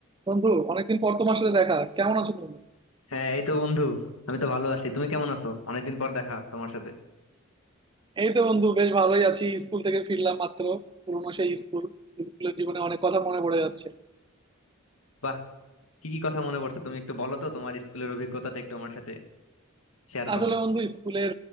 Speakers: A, on the right (about 20°); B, on the left (about 85°).
A: বন্ধু অনেকদিন পর তোমার সাথে দেখা কেমন আছো তুমি
B: হ্যাঁ এই তো বন্ধু আমি তো ভালো আছি তুমি কেমন আছো অনেকদিন পর দেখা তোমার সাথে
A: এই তো বন্ধু বেশ ভালোই আছি স্কুল থেকে ফিরলাম মাত্র পুরোনো সেই স্কুল স্কুলের জীবনে অনেক কথা মনে পড়ে যাচ্ছে
B: বাহ কি কি কথা মনে পড়ছে তুমি একটু বলো তো তোমার স্কুলের অভিজ্ঞতাটা একটু আমার সাথে শেয়ার
A: আসলে
B: করো
A: বন্ধু স্কুলের